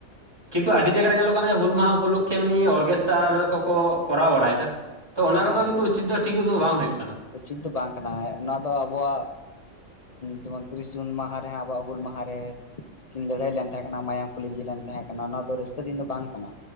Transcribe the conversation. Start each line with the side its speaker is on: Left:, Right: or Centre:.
Right: ᱠᱤᱱᱛᱩ ᱟᱹᱰᱤ ᱡᱟᱭᱜᱟᱨ ᱨᱮ ᱧᱮᱞᱚᱜ ᱠᱟᱱᱟ ᱦᱩᱞ ᱢᱟᱦᱟ ᱩᱯᱚᱞᱚᱠᱠᱷᱮ ᱮᱢ ᱚᱨᱜᱮᱥᱴᱟᱨ ᱠᱚᱠᱚ ᱠᱚᱨᱟᱣ ᱵᱟᱲᱟᱭᱮᱫᱟ ᱛᱚ ᱚᱱᱟ
Left: ᱟᱪᱪᱷᱟ
Right: ᱠᱚᱫᱚ ᱠᱤᱱᱛᱩ ᱩᱪᱤᱛ ᱫᱚ ᱴᱷᱤᱠ ᱫᱚ ᱵᱟᱝ ᱦᱩᱭᱩᱜᱳᱼᱟ
Left: ᱩᱪᱤᱛ ᱫᱚ ᱵᱟᱝ ᱠᱟᱱᱟ ᱱᱚᱣᱟ ᱫᱚ ᱟᱵᱚᱣᱟᱜ ᱡᱮᱢᱚᱱ ᱛᱤᱨᱤᱥ ᱡᱩᱱ ᱢᱟᱦᱟ ᱨᱮᱦᱟ ᱟᱵᱚᱣᱟᱜ ᱦᱩᱞ ᱢᱟᱦᱟᱨᱮ ᱠᱤᱱ ᱞᱟᱹᱲᱦᱟᱹᱭ ᱞᱮᱱ ᱛᱟᱦᱮᱸ ᱠᱟᱱᱟ ᱢᱟᱭᱟᱢ ᱠᱚ ᱞᱤᱸᱡᱤ ᱞᱮᱱ ᱛᱟᱦᱮᱸ ᱠᱟᱱᱟ ᱱᱚᱣᱟ ᱫᱚ ᱨᱟᱹᱥᱠᱟᱹ ᱫᱤᱱ ᱫᱚ ᱵᱟᱝ ᱠᱟᱱᱟ